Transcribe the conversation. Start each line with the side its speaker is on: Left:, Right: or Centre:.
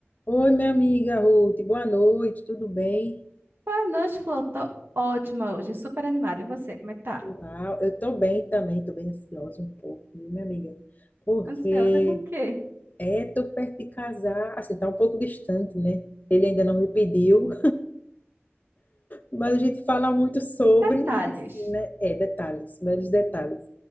Left: Oi, minha amiga Ruth, boa noite, tudo bem?
Right: Boa noite, Flor. Tô ótima hoje, super animada. E você, como é que tá?
Left: Uau, eu tô bem também, tô bem ansiosa um pouco, viu, minha amiga, porque
Right: Ansiosa com o quê?
Left: é, tô perto de casar, assim, tá um pouco distante, né? Ele ainda não me pediu, Mas a gente fala muito sobre,
Right: Detalhes.
Left: e assim, né? É, detalhes, meros detalhes.